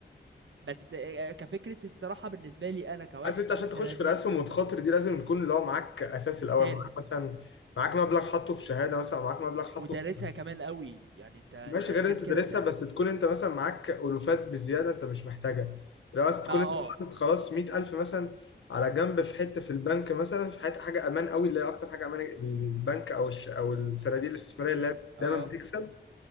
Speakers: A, on the right; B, on the left.
A: بس آه، آه، كفكره الصراحه بالنسبه لي انا كواحد
B: عايز انت عشان
A: السنه
B: تخش في
A: دي
B: الاسهم والتخاطر دي لازم يكون اللي هو معاك اساس الاول
A: دارس
B: معاك مثلا معاك مبلغ حاطه في شهاده مثلا معاك مبلغ حاطه
A: ودارسها
B: في
A: كمان قوي يعني انت انت
B: ماشي
A: غير
B: غير اللي انت
A: كده
B: دارسها
A: انت
B: بس تكون انت مثلا معاك الوفات بزياده انت مش محتاجها لو عايز تكون
A: ما
B: انت
A: اه
B: حاطط خلاص 100000 مثلا على جنب في حته في البنك مثلا في حته حاجه امان قوي اللي هي اكتر حاجه امان البنك او الش... او الصناديق الاستثماريه
A: مش
B: اللي هي
A: اه
B: دايما بتكسب